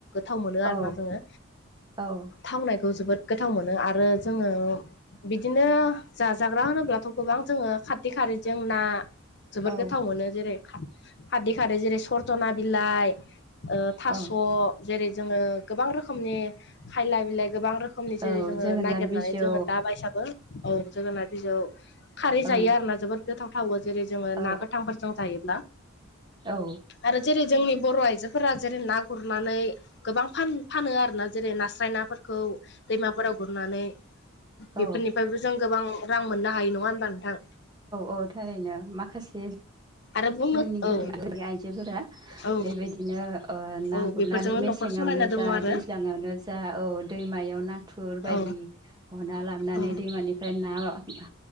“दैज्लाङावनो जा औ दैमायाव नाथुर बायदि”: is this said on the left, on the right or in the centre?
Right